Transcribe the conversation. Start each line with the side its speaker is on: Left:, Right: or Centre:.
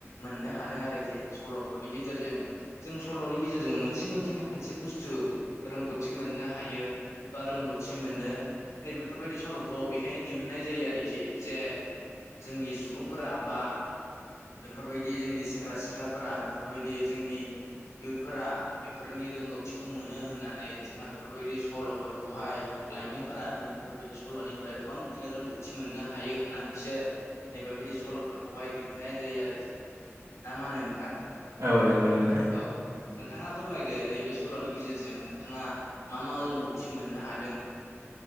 Left: मोननो हादों आरोखि सल'फोरनि गेजेरजों जों सल'नि गेजेरजों मोनसेनोखि मोनसे बुस्थु रोंगौथि मोननो हा हायो बा रोंगौथि मोनो नै बेफोरबायदि सल'खौ बेखायनो दिहुननाय जायो आरोखि जे जोंनि सुबुंफोरा बा बेफोरबायदि जोंनि सेंग्रा सिख्लाफोरा बेफोरबायदि जोंनि इयुथफोरा बेफोरनि रोंगौथिखौ मोनो होननानै जोंहा बे फोरबायदि सल'फोरखौहाय लाइमोनफोरा नैबेफोरबायदि सल'निफ्राय गोबां बिदिनो रोंगौथि मोननो हायो होननानैसो नैबेबायदि सल'फोरखौहाय दिहुननाय जायो आरो ना मा होनो नोंथां
Right: औ नंगौ नोंथां
Left: औ नोंथाङा फोरमायदो नैबे सल'नि गेजेरजों नोंथाङा मा मा रोंगौथि मोननो हादों